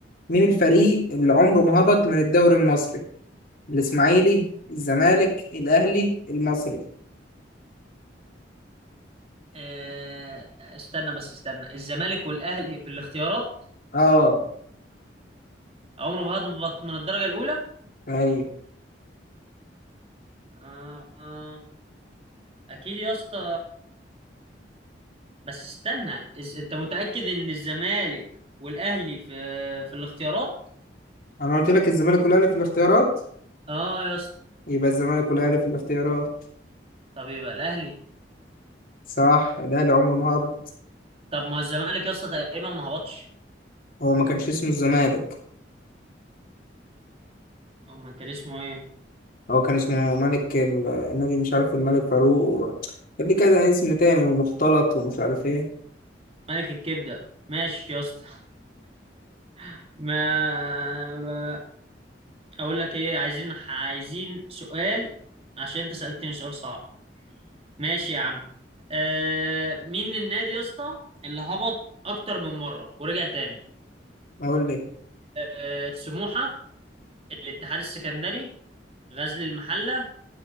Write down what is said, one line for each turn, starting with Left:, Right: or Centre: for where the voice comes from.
Left: مين الفريق اللي عمره ما هبط من الدوري المصري الاسماعيلي الزمالك الاهلي المصري
Right: آه، استنى بس استنى الزمالك والأهلي في الاختيارات
Left: اه
Right: عمره ما هبط من الدرجة الأولى
Left: ايوه
Right: آه، آه، أكيد يا اسطى بس استنى إز... أنت متأكد إن الزمالك والأهلي في في الاختيارات
Left: انا قلت لك الزمالك والاهلي في الاختيارات
Right: اه يا اسطى
Left: يبقى الزمالك والاهلي في الاختيارات
Right: طب يبقى الأهلي
Left: صح الاهلي عمره ما هبط
Right: طب ما الزمالك يا اسطى تقريبا ما هبطش
Left: هو ما كانش اسمه الزمالك
Right: أما كان اسمه إيه
Left: هو كان اسمه ملك ال- النادي مش عارف الملك فاروق كان ليه كده اسم تاني ومختلط ومش عارف ايه
Right: ملك الكبدة ماشي يا اسطى <laughs> ما اقول لك ايه عايزين عايزين سؤال عشان انت سألتني سؤال صعب ماشي يا عم آه مين النادي يا اسطى اللي هبط اكتر من مرة ورجع تاني
Left: اقول لك
Right: آه سموحة الاتحاد السكندري غزل المحلة